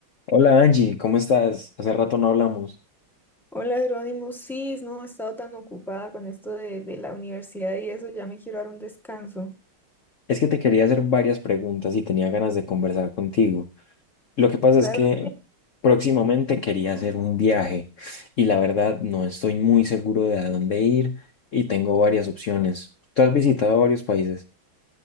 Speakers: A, on the left; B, in the centre.
A: Hola Angie, ¿cómo estás? Hace rato no hablamos.
B: Hola Jerónimo, sí, no, he estado tan ocupada con esto de, de la universidad y eso, ya me quiero dar un descanso.
A: Es que te quería hacer varias preguntas y tenía ganas de conversar contigo. Lo que pasa
B: Claro,
A: es que
B: dime.
A: próximamente quería hacer un viaje y la verdad no estoy muy seguro de a dónde ir y tengo varias opciones. ¿Tú has visitado varios países?